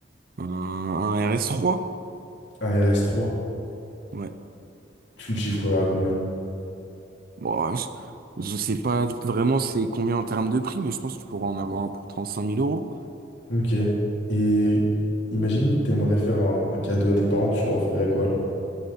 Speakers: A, on the right (about 50°); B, on the left (about 65°).
A: un, un RS3.
B: un rs trois.
A: Ouais.
B: Tu le chiffrerais à combien?
A: Bon, je, je sais pas vraiment c'est combien en termes de prix, mais je pense que tu pourras en avoir un pour trente cinq mille euros.
B: Ok. Et imagine, t'aimerais faire un, un cadeau à tes parents, tu leur offrirais quoi là?